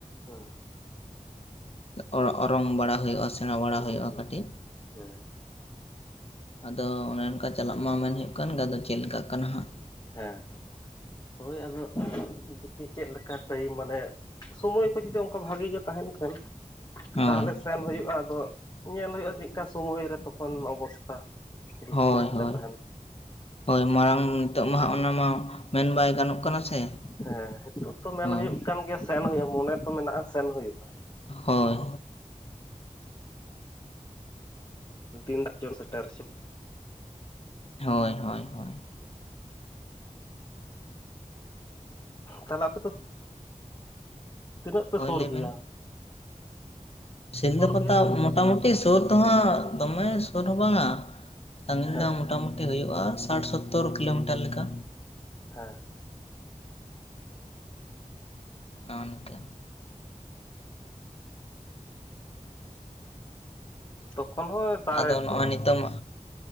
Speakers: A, on the left (about 30°); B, on the left (about 50°).
A: ᱦᱮᱸ᱾
B: ᱚ-ᱚᱨᱚᱝ ᱵᱟᱲᱟ ᱦᱩᱭᱩᱜᱼᱟ ᱥᱮᱬᱟ ᱵᱟᱲᱟ
A: ᱦᱳᱭ
B: ᱦᱩᱭᱩᱜᱼᱟ
A: ᱦᱳᱭ
B: ᱠᱟᱹᱴᱤᱡ᱾
A: ᱦᱮᱸ
B: ᱟᱫᱚ ᱚᱱᱮ ᱚᱱᱠᱟ ᱪᱟᱞᱟᱜ ᱢᱟ ᱢᱮᱱ ᱦᱳᱭᱳᱜ ᱠᱟᱱ ᱜᱮ, ᱟᱫᱚ ᱪᱮᱫ ᱞᱮᱠᱟ ᱠᱟᱱᱟ ᱦᱟᱸᱜ᱾
A: ᱦᱮᱸ᱾ ᱦᱳᱭ ᱟᱫᱚ ᱫᱤᱠᱷᱤ ᱪᱮᱜ ᱞᱮᱠᱟ ᱴᱟᱭᱤᱢ ᱢᱟᱱᱮ, ᱥᱳᱢᱳᱭ ᱠᱚ ᱡᱩᱫᱤ ᱚᱝᱠᱟ ᱵᱷᱟᱜᱮ ᱜᱮ ᱛᱟᱦᱮᱱ ᱠᱷᱟᱱ᱾
B: ᱦᱳᱭ
A: ᱛᱟᱦᱚᱞᱮ ᱥᱮᱱ ᱦᱳᱭᱳᱜᱼᱟ ᱟᱫᱚ, ᱧᱮᱞ ᱦᱳᱭᱳᱜᱼᱟ ᱪᱮᱜ ᱠᱟ ᱥᱳᱢᱳᱭ ᱨᱮ ᱛᱚᱠᱷᱚᱱ ᱚᱵᱚᱥᱛᱟ᱾ ᱯᱚᱨᱤᱥᱛᱷᱤᱛᱤ
B: ᱦᱳᱭ
A: ᱪᱮᱫᱠᱟ
B: ᱦᱳᱭ,
A: ᱛᱟᱦᱮᱱ
B: ᱦᱳᱭ ᱢᱟᱨᱟᱝ ᱱᱤᱛᱚᱜ ᱢᱟ ᱚᱱᱟ ᱢᱟ, ᱢᱮᱱ ᱵᱟᱭ ᱜᱟᱱᱚᱜ ᱠᱟᱱᱟ ᱥᱮ᱾
A: ᱦᱮᱸ ᱦᱤᱛᱳᱜ ᱛᱚ ᱢᱮᱱ
B: ᱦᱳᱭ
A: ᱦᱳᱭᱳᱜ ᱠᱟᱱ ᱜᱮᱭᱟ ᱥᱮᱱ ᱦᱳᱭᱳᱜᱼᱟ, ᱢᱚᱱᱮ ᱛᱚ ᱢᱮᱱᱟᱜᱼᱟ ᱥᱮᱱ ᱦᱳᱭᱳᱜᱼᱟ᱾
B: ᱦᱳᱭ᱾
A: ᱛᱤᱱ ᱨᱮ ᱪᱚ ᱥᱮᱴᱮᱨ ᱪᱚ
B: ᱦᱳᱭ ᱦᱳᱭ ᱦᱳᱭ᱾
A: ᱛᱟᱦᱚᱞᱮ ᱟᱯᱮ ᱫᱚ, ᱛᱤᱱᱟᱹᱜ ᱯᱮ
B: ᱦᱳᱭ
A: ᱥᱩᱨ
B: ᱞᱟᱹᱭ
A: ᱜᱤᱭᱟ?
B: ᱵᱮᱱ ᱥᱤᱞᱫᱟᱹ ᱯᱟᱛᱟ
A: ᱜᱮᱭᱟ
B: ᱢᱚᱴᱟᱢᱩᱴᱤ ᱥᱳᱨ ᱫᱚ ᱦᱟᱸᱜ ᱫᱚᱢᱮ ᱥᱳᱨ ᱦᱚᱸ ᱵᱟᱝᱟ᱾ ᱥᱟᱺᱜᱤᱧ
A: ᱦᱮᱸ
B: ᱫᱚ ᱢᱚᱴᱟᱢᱩᱴᱤ ᱦᱳᱭᱳᱜᱼᱟ ᱥᱟᱴ-ᱥᱳᱛᱳᱨ ᱠᱤᱞᱳᱢᱤᱴᱟᱨ ᱞᱮᱠᱟ᱾
A: ᱦᱮᱸ
B: ᱚᱱᱛᱮ᱾
A: ᱛᱚᱠᱷᱚᱱ ᱦᱚᱸ ᱫᱟᱲᱮ
B: ᱟᱫᱚ ᱱᱚᱜᱼᱚᱭ
A: ᱛᱚ
B: ᱱᱤᱛᱚᱝ